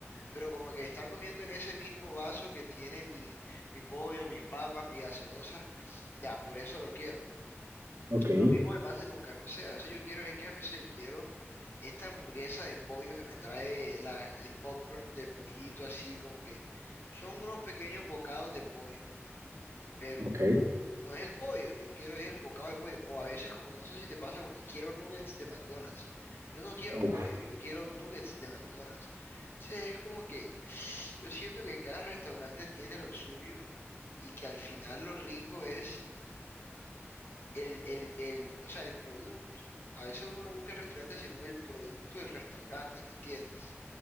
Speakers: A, on the left; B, on the right.
A: pero como que estar comiendo en ese mismo vaso que tiene mi, mi pollo, mis papas, mi gaseosa, ya, por eso lo quiero.
B: Ok,
A: Lo mismo me pasa con KFC, a veces yo quiero es KFC, quiero esta hamburguesa de pollo que me trae la- el popcorn de pollito así, como que son unos pequeños bocados de pollo pero
B: ok.
A: no es el pollo, yo quiero es el bocado de pollo. O a veces, como no sé si te pasa, porque quiero nuggets de McDonald's. Yo no quiero
B: Uf,
A: pollo, yo quiero nuggets de McDonald's. O sea, es como que yo siento que cada restaurante tiene lo suyo y que al final lo rico es el, el, el, o sea, el producto. A veces uno no busca el restaurante, sino el producto del restaurante, ¿me entiendes?